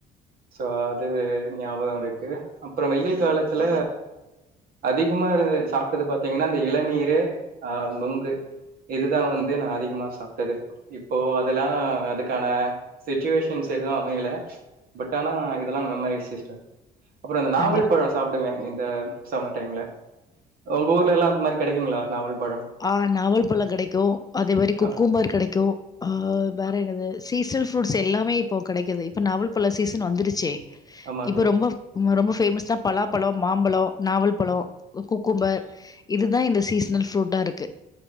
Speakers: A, on the right; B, on the left.
A: சோ அது ஞாபகம் இருக்கு அப்புறம் வெயில் காலத்துல அதிகமா இருந்து சாப்ட்டது பாத்தீங்கன்னா அந்த இளநீரு அ நுங்கு இதுதா வந்து நா அதிகமா சாப்ட்டது இப்போ அதெல்லா அதுக்கான சிட்டுவேஷன்ஸ் எதுவு அமையல பட் ஆனா இதெல்லா மெமரி சிஷ்டம் அப்புறம் அந்த நாவல்
B: கண்டிப்பா
A: பழோ சாப்டுவே இந்த சம்மர் டைம்ல உங்க ஊர்ல எல்லா அந்த மாதிரி கெடைக்குங்களா நாவல் பழம்
B: ஆ நாவல் பழ கெடைக்கு அதே மாரி குக்கும்பர்
A: அ,
B: கெடைக்கு அ வேற என்னது சீசனல் ஃப்ரூட்ஸ் எல்லாமே இப்போ கெடைக்குது இப்போ நாவல் பழ சீசன் வந்துருச்சே
A: ஆமா
B: இப்போ ரொம்ப ரொம்ப பேமஸ்னா பலாப்பழோ மாம்பழோ நாவல்பழோ குக்கும்பர் இதுதா இந்த சீஷ் னல் ஃப்ரூட்டா இருக்கு